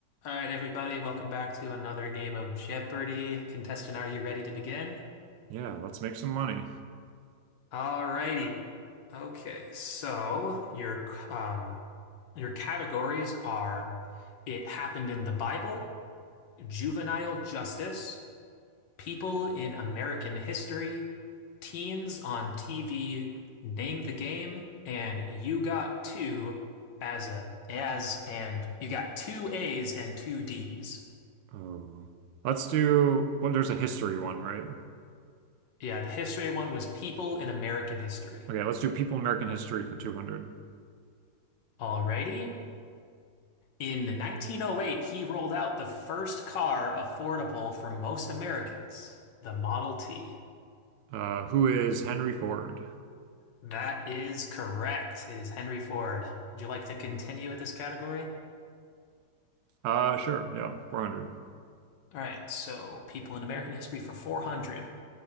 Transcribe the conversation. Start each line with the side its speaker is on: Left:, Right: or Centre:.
Left: All right, everybody, welcome back to another game of Jeopardy! Contestant, are you ready to begin?
Right: Yeah, let's make some money.
Left: All righty. Okay, so your um your categories are It Happened in the Bible, Juvenile Justice, People in American History, Teens on TV, Name the Game, and you got two as a as and you got two A's and two D's.
Right: Oh, let's do. Well, there's a history one, right?
Left: Yeah, the history one was People in American History.
Right: Okay, let's do people in American history for 200.
Left: Alrighty. In 1908, he rolled out the first car affordable for most Americans, the Model T.
Right: Uh, who is Henry Ford?
Left: That is correct. It is Henry Ford. Would you like to continue with this category?
Right: Uh, sure, yeah, 400.
Left: All right, so People in American History for 400.